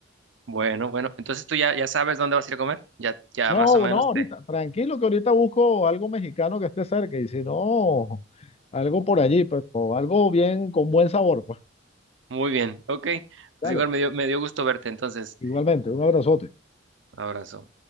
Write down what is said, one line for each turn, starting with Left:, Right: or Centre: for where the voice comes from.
Right: Bueno, bueno, entonces tú ya, ya sabes dónde vas a ir a comer. Ya, ya
Left: No,
Right: más o menos
Left: no, ahorita,
Right: te.
Left: tranquilo que ahorita busco algo mexicano que esté cerca y si no, algo por allí, pero algo bien con buen sabor, pues.
Right: Muy bien, ok.
Left: Dale,
Right: Pues Igor, me dio, me dio gusto verte, entonces,
Left: igualmente, un abrazote.
Right: abrazo.